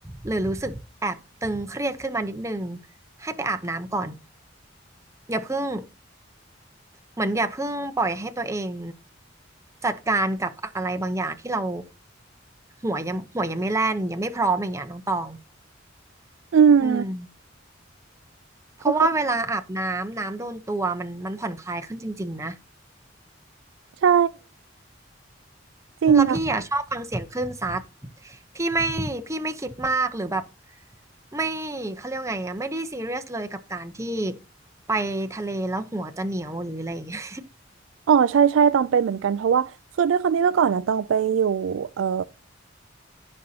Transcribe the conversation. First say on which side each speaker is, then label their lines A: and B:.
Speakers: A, on the right (about 15°); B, on the right (about 75°).
A: หรือรู้สึกแอบตึงเครียดขึ้นมานิดนึงให้ไปอาบน้ำก่อนอย่าเพิ่งเหมือนอย่าเพิ่งปล่อยให้ตัวเองจัดการกับอะไรบางอย่างที่เราหัวยังหัวยังไม่แล่นยังไม่พร้อมอย่างเงี้ยน้องตอง
B: อืม
A: อืมเพราะว่าเวลาอาบน้ำน้ำโดนตัวมันมันผ่อนคลายขึ้นจริงๆนะ
B: ก็คือใช่จริงอะ
A: อืมแล้วพี่อ่ะชอบฟังเสียงคลื่นซัดพี่ไม่พี่ไม่คิดมากหรือแบบไม่เขาเรียกว่าไงอ่ะไม่ได้ซีเรียสเลยกับการที่ไปทะเลแล้วหัวจะเหนียวหรืออะไรอย่างเงี้ย
B: อ๋อใช่ใช่ตองเป็นเหมือนกันเพราะว่าคือด้วยความที่เมื่อก่อนนะตองไปอยู่เอ่อ